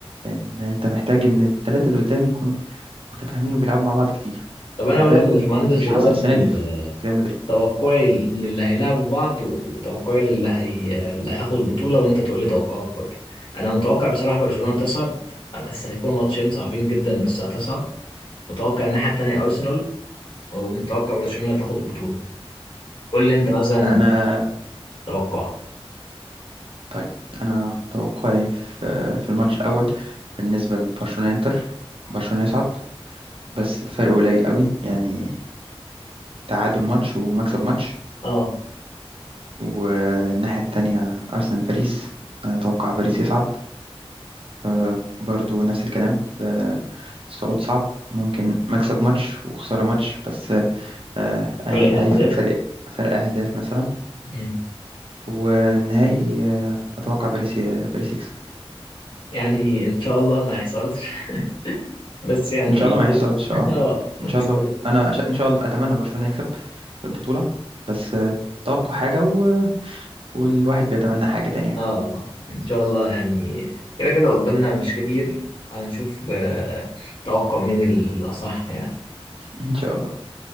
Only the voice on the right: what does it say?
لان انت محتاج ان الثلاثه اللي قدام يكونوا متفاهمين وبيلعبوا مع بعض كتير
فده
اللي
مش
حاصل السنه دي في في ريال مدريد
انا
طيب انا توقعي في آه، في الماتش الاول بالنسبه لبرشلونه انتر برشلونه يصعد بس فرق قليل قوي يعني تعادل ماتش ومكسب ماتش
والناحية التانية أرسنال باريس أتوقع باريس يصعد آه، برضو نفس الكلام ب- صعود صعب ممكن مكسب ماتش وخسارة ماتش بس آه، هي-
هيفرق فرق فرق أهداف مثلا
والنهائي آه، أتوقع باريس باريس يكسب
إن شاء الله
ما يحصلش
اه
إن
شاء الله أنا أش- إن شاء الله أتمنى برشلونة يكسب البطولة بس آه، توقع حاجة و... والواحد بيتمنى حاجة تانية
ان شاء الله